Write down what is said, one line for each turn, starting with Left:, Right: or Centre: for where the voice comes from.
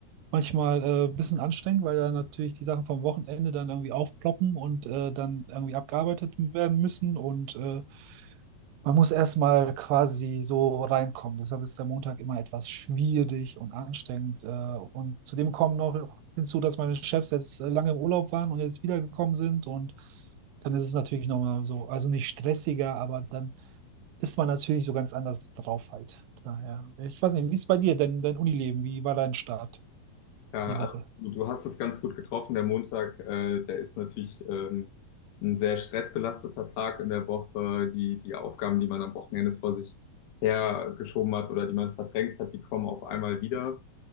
Right: manchmal äh, ein bisschen anstrengend, weil dann natürlich die Sachen vom Wochenende dann irgendwie aufploppen und äh, dann irgendwie abgearbeitet werden müssen. Und äh, man muss erstmal quasi so reinkommen. Deshalb ist der Montag immer etwas schwierig und anstrengend. Äh, und zudem kommen noch hinzu, dass meine Chefs jetzt äh, lange im Urlaub waren und jetzt wiedergekommen sind. Und dann ist es natürlich nochmal so, also nicht stressiger, aber dann ist man natürlich so ganz anders drauf halt. Daher. Ich weiß nicht, wie ist bei dir denn dein Unileben? Wie war dein Start
Left: Ja,
Right: die
Left: also
Right: Woche?
Left: du, du hast es ganz gut getroffen. Der Montag, äh, der ist natürlich ähm, ein sehr stressbelasteter Tag in der Woche. Die, die Aufgaben, die man am Wochenende vor sich hergeschoben hat oder die man verdrängt hat, die kommen auf einmal wieder.